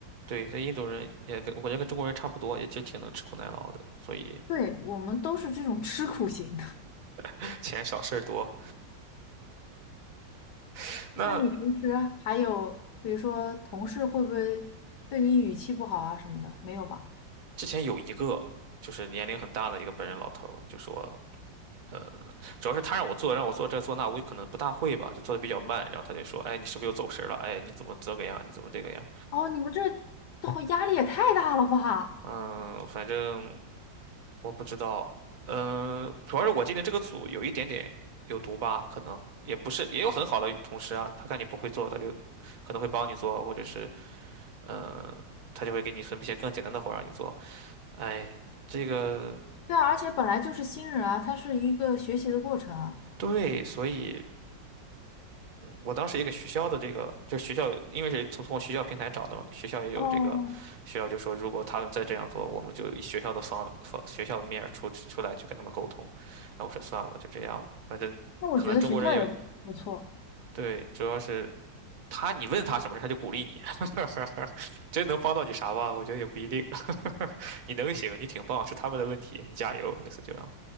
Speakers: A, on the right (about 50°); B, on the left (about 70°).
A: 对，这印度人也跟我感觉跟中国人差不多，也就挺能吃苦耐劳的，所以
B: 对，我们都是这种吃苦型的。<laughs>
A: <laughs> 钱少事儿多。那
B: 那你平时还有，比如说同事会不会对你语气不好啊什么的？没有吧？
A: 之前有一个就是年龄很大的一个本人老头儿就说，呃，主要是他让我做，让我做这做那，我可能不大会吧，就做的比较慢。然后他就说，哎，你是不是又走神儿了？哎，你怎么这个样？你怎么这个样？
B: 哦，你们这这会压力也太大了吧？
A: 嗯，反正。我不知道，嗯，主要是我进的这个组有一点点有毒吧，可能也不是，也有很好的同事啊，他看你不会做，他就可能会帮你做，或者是呃，他就会给你分配一些更简单的活儿让你做。哎，这个
B: 对啊，而且本来就是新人啊，他是一个学习的过程啊。
A: 对，所以我当时也给学校的这个，就是学校因为是从从学校平台找的嘛，学校也有这个，
B: 哦，
A: 学校就说如果他们再这样做，我们就以学校的方方学校的面儿出出来去跟他们沟通。哎，我说算了吧，就这样吧，反正。
B: 那我觉得学校也不错。
A: 可能中国人也对，主要是他，你问他什么事，他就鼓励你，<laughs> 真能帮到你啥吧？我觉得也不一定。<laughs> 你能行，你挺棒，是他们的问题，你加油，类似这样。